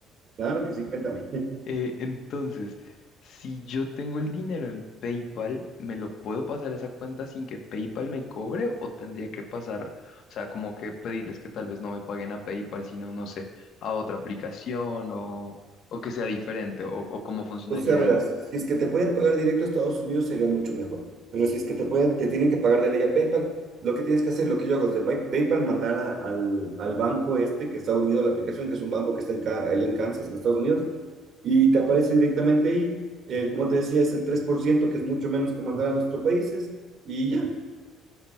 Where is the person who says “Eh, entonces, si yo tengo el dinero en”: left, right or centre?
Left